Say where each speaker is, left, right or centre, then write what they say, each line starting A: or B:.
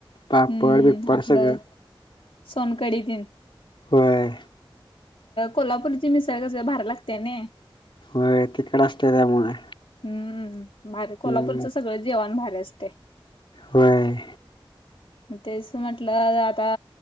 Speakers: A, on the left; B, on the left.
A: पापड
B: हम्म,
A: बिपड
B: आपलं
A: सगळं
B: सोनकडी तेन.
A: होय
B: कोल्हापूरची मिसळ कस भारी लागत्या नि.
A: होय तिकट असते त्यामुळे.
B: हम्म, भार कोल्हापूरच
A: हम्म
B: सगळ जेवाण भारी असते.
A: होय.
B: मग तेच म्हटलं आता